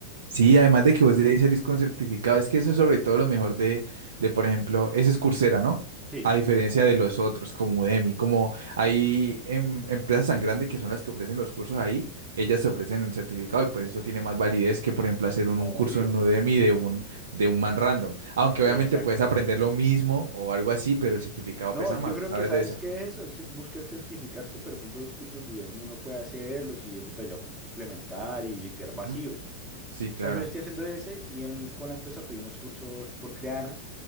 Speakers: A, on the right; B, in the centre.
A: Sí, además de que vos de ahí salís con certificado, es que eso es sobre todo lo mejor de, de, por ejemplo, ese es Coursera, ¿no?
B: Sí,
A: A diferencia de los otros, como Udemy, como hay em- empresas tan grandes que son las que ofrecen los cursos ahí, ellas te ofrecen el certificado y pues eso tiene más validez que, por ejemplo, hacer un,
B: obvio.
A: un curso en Udemy de un, de un man random. Aunque
B: exacta
A: obviamente puedes aprender lo mismo o algo así, pero el certificado
B: No,
A: pesa
B: yo
A: más,
B: creo
A: vos sabes
B: que sabes
A: de eso.
B: qué es eso, es buscar certificarse, pero por ejemplo los cursos de Udemy uno puede hacerlos y eso te ayuda a complementar y limpiar vacíos.
A: Ujú. Sí, claro.
B: Por ejemplo, yo estoy haciendo ese y en- con la empresa pedí unos cursos por Creana